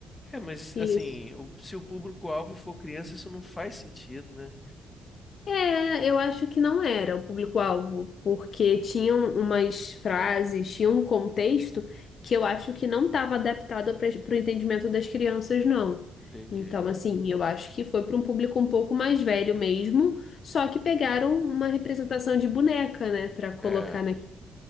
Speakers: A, on the left; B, on the left.
A: É, mas
B: isso.
A: assim, o- se o público-alvo for criança, isso não faz sentido, né?
B: É, eu acho que não era o público-alvo, porque tinham umas frases, tinha um contexto que eu acho que não estava adaptado para o entendimento das crianças, não.
A: Entendi.
B: Então, assim, eu acho que foi para um público um pouco mais velho mesmo, só que pegaram uma representação de boneca, né, para colocar
A: É,
B: naquilo.